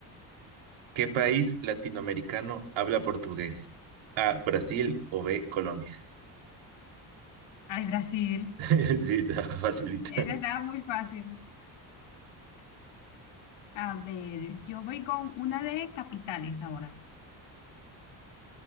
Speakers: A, on the right; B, on the left.
A: ¿qué país latinoamericano habla portugués? A, Brasil o B, Colombia.
B: Ay, Brasil.
A: <laughs> Sí, está facilita.
B: Esa estaba muy fácil. A ver, yo voy con una de capitales ahora.